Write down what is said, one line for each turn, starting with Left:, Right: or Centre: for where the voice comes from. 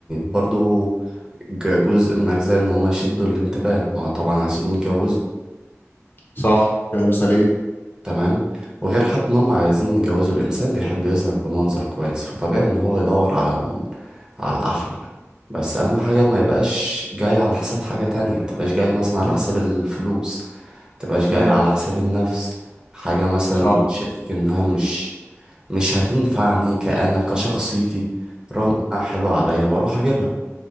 Right: برضو ج- جزء من أجزاء إن هما يشدوا الانتباه ما هو طبعا عايزين يتجوزوا
Left: صح كلام سليم
Right: تمام وغير حتى ان هم عايزين يجوزوا الانسان بيحب يظهر بمنظر كويس فطبيعي ان هو يدور على ال... على الاحلى بس اهم حاجه ما يبقاش جاي على حساب حاجه تانية ما تبقاش جاي مثلا
Left: مم.
Right: على حساب الفلوس ما تبقاش جاي
Left: مم.
Right: على حساب النفس حاجه مثلا
Left: صح
Right: شاكك انها مش مش هتنفعني كأنا كشخصيتي
Left: مم.
Right: رغم انها حلوه عليا واروح اجيبها